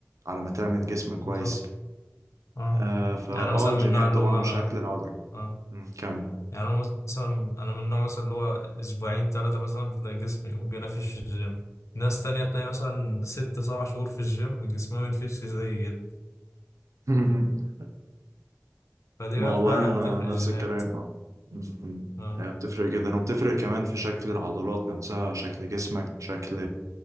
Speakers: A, on the right (about 85°); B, on the left (about 70°).
A: على ما تعمل جسم كويس
B: بالظبط اه
A: آه فاه
B: يعني مثلا
A: الجينات
B: من النوع اللي
A: طبعا
B: هو
A: وشكل العضلة
B: اه
A: مم، كمل
B: يعني انا مثلا انا من النوع مثلا اللي هو اسبوعين ثلاثه مثلا بتلاقي جسمي متجنفش في الجيم ناس تانية تلاقي مثلا ست سبع شهور في الجيم جسمها منفش زي كده
A: <laughs>
B: فدي
A: ما
B: بقى
A: والله
B: فعلا
A: انا
B: بتفرق الجينات
A: نفس الكلام اه مم، مم.
B: اه
A: آه، بتفرق جدا وبتفرق كمان في شكل العضلات نفسها شكل جسمك شكل